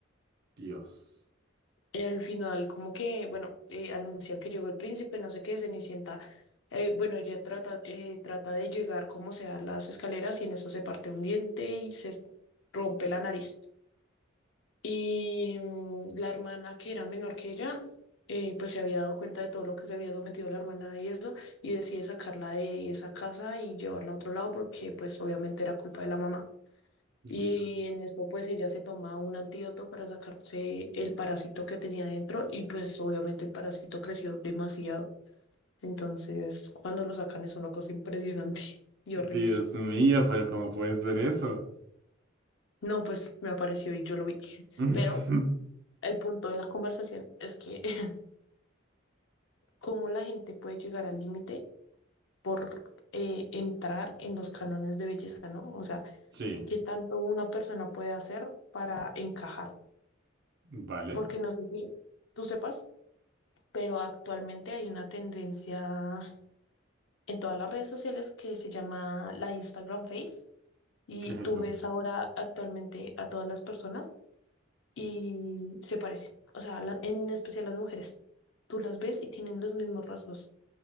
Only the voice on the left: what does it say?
Y al final, como que, bueno, eh, anuncian que llegó el príncipe, no sé qué, Cenicienta. eh, bueno, ella trata, eh, trata de llegar como sea a las escaleras y en eso se parte un diente y se rompe la nariz. Y mm, la hermana, que era menor que ella, eh, pues se había dado cuenta de todo lo que se había sometido la hermana y eso, y decide sacarla de esa casa y llevarla a otro lado porque, pues, obviamente era culpa de la mamá.
Y en eso pues ella se toma un antídoto para sacarse el parásito que tenía dentro y pues obviamente el parásito creció demasiado. Entonces cuando lo sacan es una cosa impresionante <laughs> y
horrible.
No, pues me apareció y yo lo vi. <laughs>
Pero el punto de la conversación es que <laughs> cómo la gente puede llegar al límite por eh, entrar en los cánones de belleza, ¿no? O sea,
qué tanto una persona puede hacer para encajar.
Porque no sé si tú sepas. pero actualmente hay una tendencia en todas las redes sociales que se llama la Instagram Face y
tú
ves ahora actualmente a todas las personas y se parecen, o sea, la- en especial las mujeres. Tú las ves y tienen los mismos rasgos.